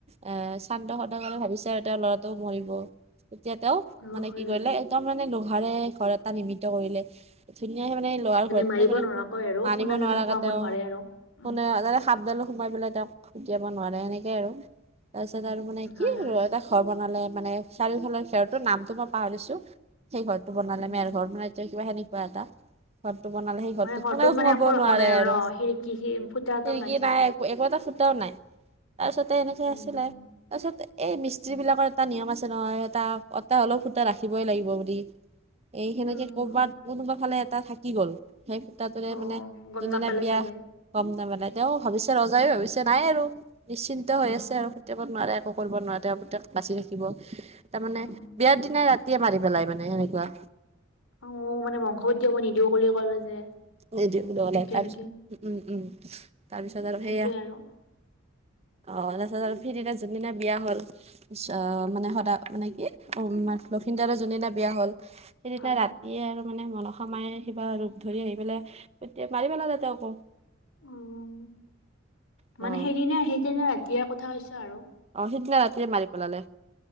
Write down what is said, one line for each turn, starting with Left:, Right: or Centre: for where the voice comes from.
Right: এ চান্দ সদাগৰ ভাবিছে আৰু তেওঁৰ ল'ৰাটোও মৰিব। তেতিয়া তেওঁ
Left: অ',
Right: মানে
Left: হয়,
Right: কি
Left: হয়।
Right: কৰিলে একদম মানে লোহাৰে ঘৰ এটা নিৰ্মিত কৰিলে। <unintelligible> মান ঘৰতো
Left: মাৰিব
Right: মানে
Left: নোৱাৰাকৈ আৰু
Right: মাৰিব
Left: খুন্দা যাতে
Right: নোৱাৰাকে
Left: খুৱাব
Right: তেওঁ
Left: নোৱাৰে আৰু। উম,
Right: সাপডাল সোমাই পেলাই তেওঁক ফুটিয়াব নোৱাৰে এনেকে আৰু তাৰ পিছত আৰু মানে
Left: উম,
Right: কি
Left: হয়, হয়।
Right: ৰ মানে চাৰিওফালৰ খেৰটো নামটো মই পাহৰিছো সেই ঘৰটো বনালে
Left: উম,
Right: মেৰ ঘৰ মানে এতিয়া কিবা সেনেক ক এটা ঘৰটো বনালে সেই ঘৰটো
Left: মানে ঘৰটোত
Right: কোনেও
Left: মানে
Right: সোমাব
Left: একো ৰখা
Right: নোৱাৰে
Left: নাই
Right: আৰু
Left: ন? খিৰিকী, সি- ফুটা এটাও
Right: হিৰিকি
Left: চাগে।
Right: নাই একো একো এটা ফুটাও নাই তাৰপিছতে এনেকে
Left: উম,
Right: আছিলে তাৰপিছতে এই মিস্ত্ৰী বিলাকৰ এটা নিয়ম আছে নহয় এটা এটা হ'লেও ফুটা ৰাখিবই লাগিব বুলি। এই সেনেকে
Left: অ',
Right: কৰবাত কোনোবা ফালে এটা থাকি গ'ল। সেই সুতটোৰে
Left: অ',
Right: মানে
Left: গম
Right: যোনদিনা
Left: নাপালে
Right: বিয়া
Left: চাগে।
Right: গম নাপালাই তেওঁ ভাবিছে ৰ যায় ভাবিছে নাই আৰু নিশ্চিন্ত
Left: অ',
Right: হৈ আছে আৰু কেতিয়াবা নোৱাৰে একো কৰিব নোৱাৰেপক বাচি থাকিব তাৰ মানে
Left: অ',
Right: বিয়াৰ দিনাই ৰাতিয়ে মাৰি পেলাই মানে সেনেকুৱা।
Left: অ মানে বংশভত মই নিদিও ক কলে যে
Right: স তাৰপিছত
Left: সেইটোৱে নেকি
Right: উম উম তাৰপিছত আৰু
Left: সেইটোৱে
Right: সেয়া
Left: <inaudible>
Right: অ' তাৰপিছত আৰু সিদিনা যোনদিনা বিয়া হ'ল ছ মানে সদা মানে কি <unintelligible> যোনদিনা বিয়া হ'ল সেইদিনা
Left: হয়
Right: ৰাতিয়ে আৰু মানে মনসা মায়ে কিবা ৰূপ ধৰি আহি লে তেতিয়া মাৰি পেলালে <unintelligible> আকৌ।
Left: উম,
Right: অ
Left: মানে সেইদিনা- সেইদিনা ৰাতিয়ে কথা হৈছে আৰু।
Right: অ' সিদিনা ৰাতিয়ে মাৰি পেলালে মাৰি,